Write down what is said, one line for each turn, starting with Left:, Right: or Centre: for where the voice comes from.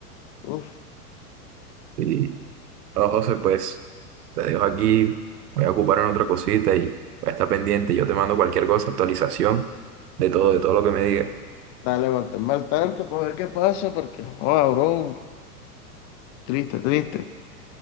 Left: uff,
Right: sí. Bueno, José, pues, te dejo aquí, voy a ocupar en otra cosita y voy a estar pendiente. Yo te mando cualquier cosa, actualización de todo, de todo lo que me digas.
Left: dale, manténme al tanto para ver qué pasa, porque, oh, bro, triste, triste.